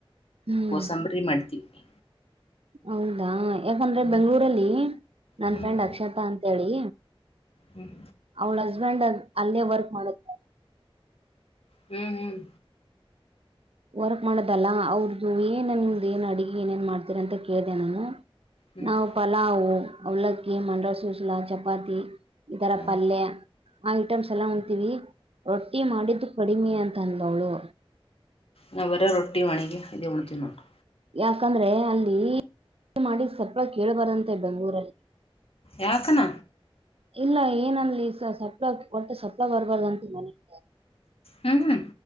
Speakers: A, on the right (about 75°); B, on the left (about 75°).
A: ಹ್ಮ್
B: ಕೋಸಂಬರಿ ಮಾಡಿದಿವಿ
A: ಹೌದಾ ಯಾಕಂದ್ರೆ
B: ಹ್ಮ್
A: ಬೆಂಗ್ಳೂರಲ್ಲಿ ನನ್
B: ಹ್ಮ್
A: ಫ್ರೆಂಡ್ ಅಕ್ಷತಾ ಅಂತ ಹೇಳಿ
B: ಹ್ಮ್
A: ಅವಳ ಹಸ್ಬೆಂಡ್ ಅಲ್ಲೇ ವರ್ಕ್ ಮಾಡೋದ
B: ಹ್ಮ್ ಹ್ಮ್
A: ವರ್ಕ್ ಮಾಡೋದಲ್ಲ ಅವ್ರ್ದ ಏನ್ ನಿಮ್ಮದ ಏನ್ ಅಡ್ಗಿ ಏನೇನ್ ಮಾಡ್ತೀರ ಅಂತ ಕೇಳ್ದ ನಾನು
B: ಹ್ಮ್
A: ನಾವು ಪಲಾವು ಅವಲಕ್ಕಿ ಮಂಡ್ಲಾ ಸೂಸಲ ಚಪಾತಿ ಈ ತರ
B: ಹ್ಮ್
A: ಪಲ್ಯ ಆ ಐಟಮ್ಸ್ ಎಲ್ಲ ಹೊಂತೀವಿ ರೊಟ್ಟಿ ಮಾಡಿದ್ದು ಕಡಿಮೆ ಅಂತ ತಂದಲ್ಲವಳು
B: ನಾವ ಬರೆ ರೊಟ್ಟಿ ಮಾಡಿವಿ‌ ಇದೆ ಊಣತಿವ್ ನೋಡು
A: ಯಾಕಂದ್ರೆ ಅಲ್ಲಿ ಮಾಡಿ ಸಪ್ಲ ಕೇಳಬಾರದಂತೆ ಬೆಂಗ್ಗಳೂರಲ್ಲಿ
B: ಯಾಕನ
A: ಇಲ್ಲ ಏನನನ್ಲಿ ಸ ಸ್ವ ಒಟ್ಟ ಸ್ವಪ್ಲ ಬರ್ಬಾರದಂತ ಮನಿಗ
B: ಹ್ಮ್ ಹ್ಮ್